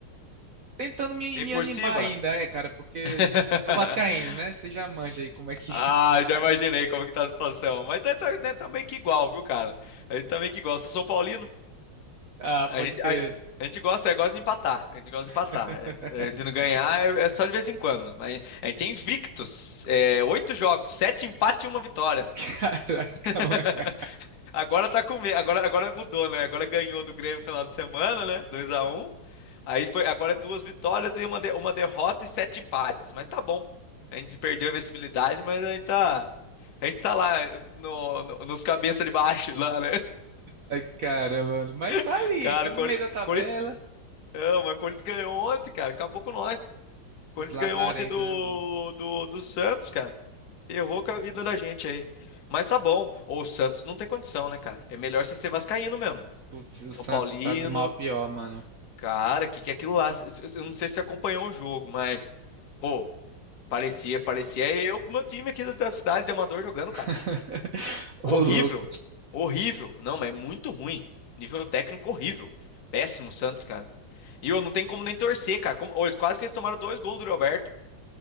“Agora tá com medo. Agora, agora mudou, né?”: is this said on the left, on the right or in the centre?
Left